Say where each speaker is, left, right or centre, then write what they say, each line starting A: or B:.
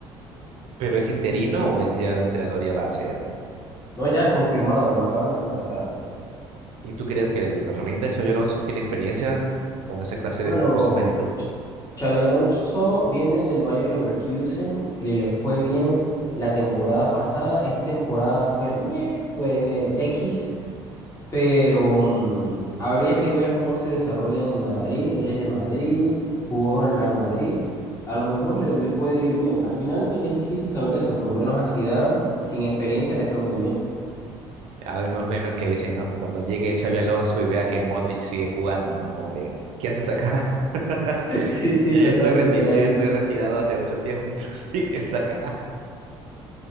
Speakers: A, on the right (about 65°); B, on the left (about 30°).
A: ¿Pero es interino o es ya entrenador ya base ya?
B: ¿no? Ya confirmado, lo acaban de contratar.
A: ¿Y tú crees que el rinda Xabi Alonso tiene experiencia con esa clase
B: Bueno,
A: de con esa magnitud?
B: Xavi Alonso viene del Bayer Leverkusen y le fue bien la temporada pasada. Esta temporada fue meh, fue X, pero mm, habría que ver cómo se desarrolla en Madrid. Él es de Madrid, jugó en el Real Madrid. A lo mejor le, le puede ir bien. Al final es difícil saber eso, por lo menos a Zidane, sin experiencia, le fue muy bien.
A: Hay unos memes que dicen, ¿no? Cuando llegue Xabi Alonso y vea que Modric sigue jugando, ¿no? Como que, ¿qué haces acá? <laughs>
B: <laughs> Sí, sí,
A: Yo
B: totalmente
A: ya estoy retirado,
B: la he
A: yo
B: visto.
A: ya estoy retirado hace mucho tiempo y tú <laughs> sigues acá.